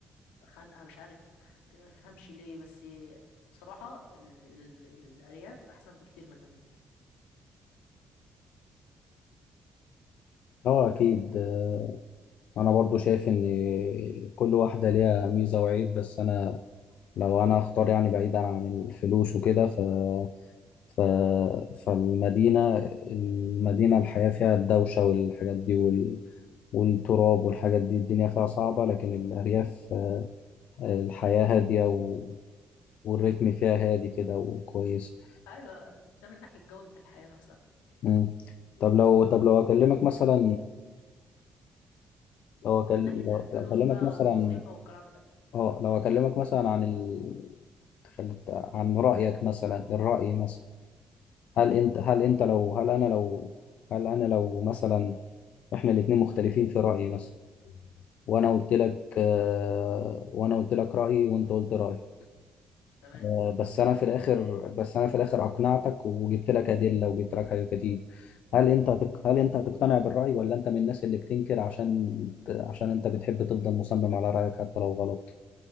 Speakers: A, on the left (about 80°); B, on the left (about 70°).
A: خانقه مش عارف تفهمش ليه بس بصراحه ال ال الارياف احسن بكتير من المدينه
B: أه أكيد آه، أنا برضو شايف إن كل واحدة ليها ميزة وعيب بس أنا لو أنا أختار يعني بعيدا عن الفلوس وكده ف ف... فالمدينة المدينة الحياة فيها الدوشة والحاجات دي وال... والتراب والحاجات دي الدنيا فيها صعبة لكن الأرياف آه، الحياة هادية و... والريتم فيها هادي كده وكويس
A: ايوه ده من ناحيه جوده الحياه نفسها
B: مم. طب لو طب لو أكلمك مثلا لو أكل...
A: من ناحية
B: لو...
A: الفلوس
B: لو أكلمك
A: بقى
B: مثلا
A: والوظيفة والكلام ده
B: اه لو أكلمك مثلا عن ال... خلت- عن رأيك مثلا الرأي مثلا هل انت هل انت لو هل انا لو هل انا لو مثلا احنا الاتنين مختلفين في رأيي مثلا وانا
A: مم.
B: قلت لك آه، وانا قلت لك رأيي وانت قلت رأيي
A: تمام
B: آه، بس انا في الاخر بس انا في الاخر اقنعتك وجبت لك أدلة وجبت لك حاجات كتير هل انت هتق... هل انت هتقتنع بالرأي ولا انت من الناس اللي بتنكر عشان عشان انت بتحب تفضل مصمم على رأيك حتى لو غلط